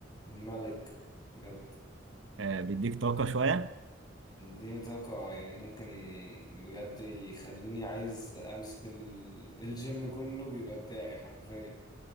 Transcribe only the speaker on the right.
آه، بيديك طاقه شويه